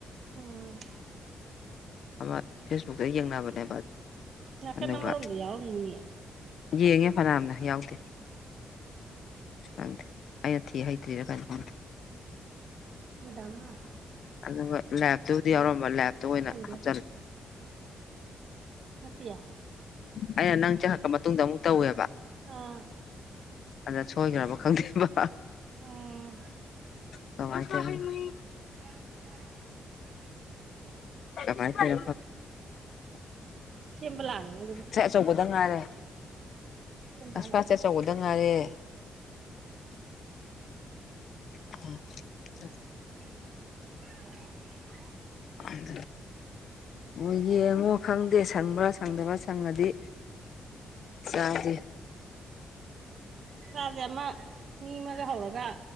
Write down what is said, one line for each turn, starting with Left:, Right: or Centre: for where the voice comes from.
Right: ꯎꯝ
Left: ꯑꯃ ꯐꯦꯁꯕꯨꯛꯇ ꯌꯦꯡꯅꯕꯅꯦꯕ
Right: ꯅꯥꯀꯟ
Left: ꯑꯗꯨꯒ
Right: ꯑꯃꯔꯣꯝꯗ ꯌꯥꯎꯔꯝꯅꯤꯌꯦ
Left: ꯌꯦꯡꯉꯦ ꯐꯅꯌꯥꯝꯅ ꯌꯥꯎꯗꯦ ꯑ ꯊ ꯇꯔꯤꯔ ꯀ ꯐ
Right: ꯎꯝ ꯃꯗꯥꯝ
Left: ꯑꯗꯨꯒ ꯂꯦꯞꯇꯨꯕꯨꯗꯤ ꯌꯥꯎꯔꯝꯕ ꯂꯦꯞꯇꯨ ꯑꯣꯏꯅ
Right: ꯑꯩ
Left: ꯍꯥꯞꯆꯜꯂꯦ
Right: ꯃꯠꯇꯌꯥ
Left: ꯑꯩꯅ ꯅꯪ ꯆꯦꯛꯂꯛꯄ ꯃꯇꯨꯡꯗ ꯑꯃꯨꯛ ꯇꯧꯋꯦꯕ
Right: ꯑꯥ
Left: ꯑꯗ ꯁꯣꯏꯈ꯭ꯔꯕ ꯈꯗꯕ
Right: ꯑꯣ
Left: ꯀꯃꯥꯏ
Right: <inaudible>
Left: ꯀꯃꯥꯏ ꯐꯄꯥ
Right: ꯁꯦꯝꯕ ꯂꯥꯛꯑꯝꯒꯅꯤ ꯑꯗꯨꯒ
Left: ꯆꯄ ꯉꯥꯏꯔꯦ
Right: ꯁꯦꯝꯕ
Left: ꯑꯁꯄꯥꯠ
Right: ꯍꯜꯂꯛꯄ
Left: ꯑꯆꯧꯕꯗ ꯉꯥꯏꯔꯦ ꯑ ꯆ
Right: <inaudible>
Left: ꯑꯗ ꯑꯣ ꯌꯦꯡꯉꯣ ꯈꯪꯗꯦ ꯁꯪꯕ꯭ꯔꯥ ꯁꯪꯗꯕ꯭ꯔꯥ ꯁꯪꯉꯗꯤ ꯆꯗꯤꯦ
Right: ꯉꯥꯁꯦ ꯑꯃ ꯃꯤ ꯑꯃꯒ ꯍꯧꯔꯒ